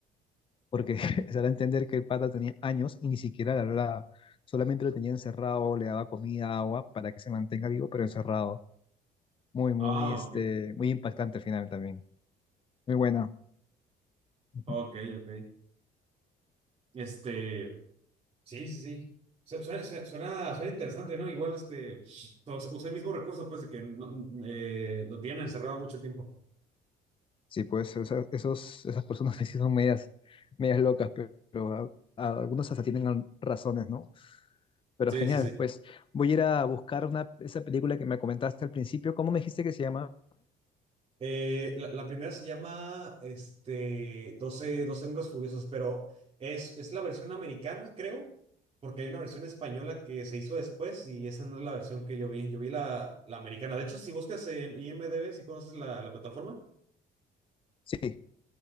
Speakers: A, on the left; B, on the right.
A: porque <laughs> se da a entender que el pata tenía años y ni siquiera le hablaba, solamente lo tenía encerrado, le daba comida, agua, para que se mantenga vivo, pero encerrado. Muy, muy,
B: Ah,
A: este,
B: ok.
A: muy impactante al final también. Muy buena. Ujú.
B: Ok, ok. Este. Sí, sí, sí. Su- Suena, suena, suena- suena interesante, ¿no? Igual este. o sea, Usa el mismo recurso, pues, de que no- eh, lo tienen encerrado mucho tiempo.
A: Sí, pues esa- esos, esas personas <laughs> que sí son medias, medias locas, pe- pero, a- a- algunos hasta tienen al- razones, ¿no? Pero
B: Sí,
A: genial,
B: sí, sí.
A: pues voy a ir a buscar una, esa película que me comentaste al principio. ¿Cómo me dijiste que se llama?
B: Eh, la, la primera se llama este, doce doce Hombres Furiosos, pero es, es la versión americana, creo, porque hay una versión española que se hizo después y esa no es la versión que yo vi. Yo vi la, la americana. De hecho, si buscas en IMDb, si conoces la, la plataforma,
A: Sí,